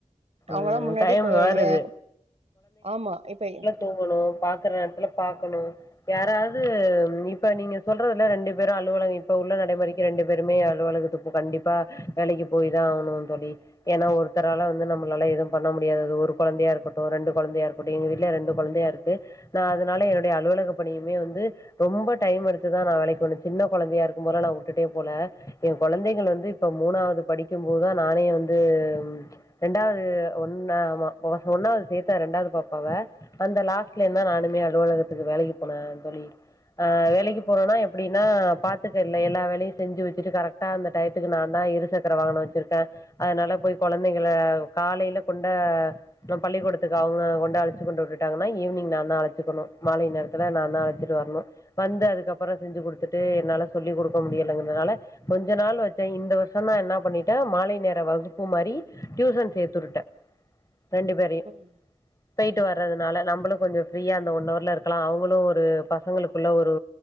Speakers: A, on the right (about 45°); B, on the left (about 25°).
A: அவங்களா
B: ம்
A: முன்னாடி
B: டைம்
A: இப்ப
B: மாறுது
A: எ ஆமா இப்ப
B: தூங்குணு பாக்கற நேரத்துல பாக்கணு யாராவது இப்ப நீங்க சொல்றதுல ரெண்டு பேரு அலுவலக இப்ப உள்ள நடைமுறைக்கு ரெண்டு பேருமே அலுவலகத்து கண்டிப்பா வேலைக்கு போய் தா ஆகணு தோழி ஏன்னா ஒருத்தரால வந்து நம்ம நல்லா எதுவு பண்ண முடியாது ஒரு கொழந்தையா இருக்கட்டு ரெண்டு கொழந்தையா இருக்கட்டு எங்க வீட்ல ரெண்டு கொழந்தையா இருக்கு நா அதனால என்னுடைய அலுவலக பணியுமே வந்து ரொம்ப டைம் எடுத்துதா நா வேலைக்கு வந்த சின்ன கொழந்தையா இருக்கு போல நா விட்டுட்டே போல என் கொழந்தைகள வந்து இப்ப மூணாவது படிக்கு போதுதா நானே வந்து ரெண்டாவது ஒன்னா ஆமா ஒன்னாவது சேத்தே ரெண்டாவது பாப்பாவ அந்த லாஸ்ட்ல இருந்தா நானுமே அலுவலகத்துல வேலைக்கு போன தோழி ஆ வேலைக்கு போனோனா எப்டினா பாத்துக்க இல்ல எல்லா வேலையு செஞ்சு வச்சுட்டு கரெக்ட் டா அந்த டயத்துக்கு நா தா இருசக்கர வாகன வச்சிருக்கே அதனால போய் கொழந்தைங்கள காலையில கொண்ட பள்ளிக்கூடத்துக்கு அவங்க கொண்டு அழச்சு கொண்டு விட்டுட்டாங்கன்னா ஈவினிங் நா தா அழச்சுகணு மாலை நேரத்துல நா தா அழச்சிட்டு வரனு வந்து அதுக்கப்ரோ செஞ்சு கொடுத்துட்டு என்னால சொல்லி கொடுக்க முடியலகுரதனால கொஞ்ச நாள் வச்ச இந்த வருஷ தா என்ன பண்ணிட்டா மாலை நேர வகுப்பு மாரி டியூசன் சேத்துருட்ட ரெண்டு பேரையு
A: ம்
B: போய்ட்டு வர்றதுனால நம்மளு கொஞ்ச ஃப்ரீயா அந்த ஒன்னவர்ல இருக்கலா அவங்களு ஒரு பசங்களுக்குள்ள ஒரு